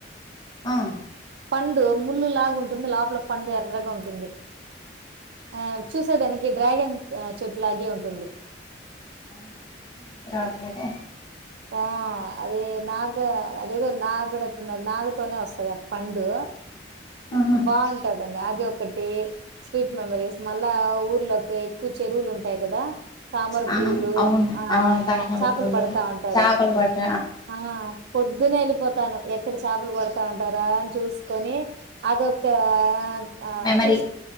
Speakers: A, on the left; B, on the right.
A: ఆ
B: పండు ముళ్ళలు లాగా ఉంటుంది లోపల పండు ఎర్రగా ఉంటుంది ఆ చూసే దానికి డ్రాగన్ చెట్టు లాగే ఉంటుంది
A: అవునా రావట్లేద
B: ఆ అదే నాగ అదేదో నాగడ నాగ తోనే వస్తది ఆ పండు
A: ఆహా
B: బాగుం ట దండి అది ఒకటి స్వీట్ మెమరీస్ మళ్ళా ఊర్లోకి ఎక్కువ చెరువులు ఉంటాయి కదా తామర
A: ఆ
B: పూలు
A: అవును
B: ఆ
A: తామర
B: చేపలు
A: పూలు
B: పడుతా ఉంటారు
A: చాపలు పట్ట
B: ఆ పొద్దున్న ఎల్ పోతాను ఎక్కడి చేపలు పడుతా ఉంటారా అని చూసుకొని అదొక ఆ ఆ
A: మెమరీ
B: చూస్